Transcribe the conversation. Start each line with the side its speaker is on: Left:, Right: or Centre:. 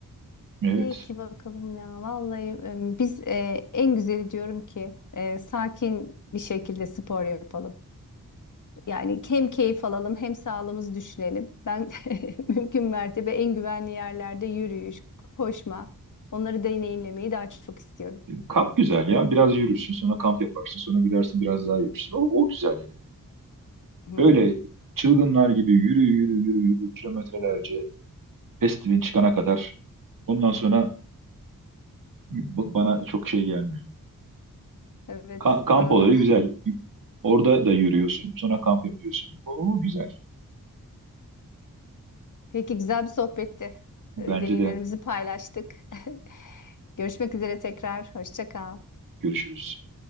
Right: Evet.
Left: Peki bakalım ya. Vallahi e, biz e, en güzeli diyorum ki e, sakin bir şekilde spor yapalım. Yani hem keyif alalım hem sağlığımızı düşünelim. Ben <laughs> mümkün mertebe en güvenli yerlerde yürüyüş, koşma, onları deneyimlemeyi daha çok istiyorum.
Right: Kamp güzel ya. Biraz yürürsün, sonra kamp yaparsın, sonra gidersin biraz daha yürürsün. O, o güzel yani.
Left: Hı
Right: Böyle
Left: hı.
Right: çılgınlar gibi yürü yürü yürü yürü kilometrelerce festivalin çıkana kadar. Ondan sonra b- bana çok şey gelmiyor.
Left: Evet,
Right: Ka- kamp
Left: bana
Right: olayı
Left: da.
Right: güzel. Orada da yürüyorsun. Sonra kamp yapıyorsun. Oo güzel.
Left: Peki güzel bir sohbetti.
Right: Bence
Left: E, Deneyimlerimizi
Right: de
Left: paylaştık. <laughs> Görüşmek üzere tekrar. Hoşça kal.
Right: görüşürüz.